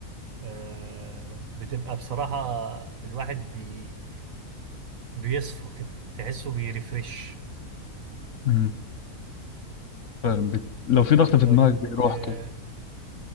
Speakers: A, on the right; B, on the left.
A: آه، بتبقى بصراحة الواحد بي بيصفى كده تحسه بيرفرش
B: امم فعلا بت... لو في ضغط في
A: طيب
B: دماغك بيروح
A: آه،
B: كده